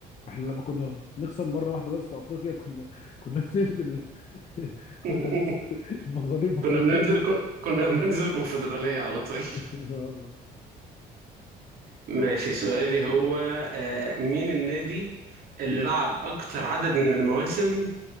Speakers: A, on the left (about 40°); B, on the right (about 60°).
A: احنا لما كنا بنخسر مره واحده بس في افريقيا كنا كنا بننزل <laughs> كنا
B: <laughs>
A: بننزل مظالم افريقيا
B: كنا بننزل كنا بننزل كونفدرالية على طول
A: <laughs> والله
B: ماشي سؤالي هو آه، مين النادي اللي لعب أكتر عدد من المواسم